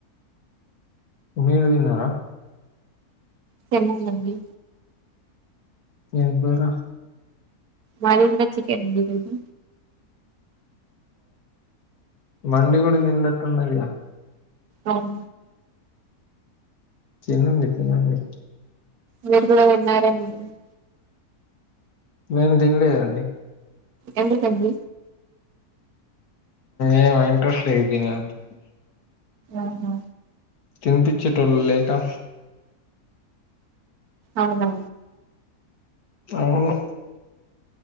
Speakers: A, on the left (about 80°); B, on the right (about 75°).
A: మీరు దిన్నర
B: తినాలండి
A: ఏం కూర
B: మది కూడా చికెన్ అండి ఈ రోజు
A: మండి కూడా తిన్నట్టున్నదిగా
B: అవు
A: తినండి తినండి
B: మీరు గూడ తిన్నారేమో <unintelligible>
A: మేం దిన్లేదండి
B: ఎందుకండి
A: ఏమో ఇంట్రెస్ట్ లేద్ దీన <unintelligible>
B: అవునా
A: తినిపిచ్చేటోల్ లెటా
B: అవునా
A: అవును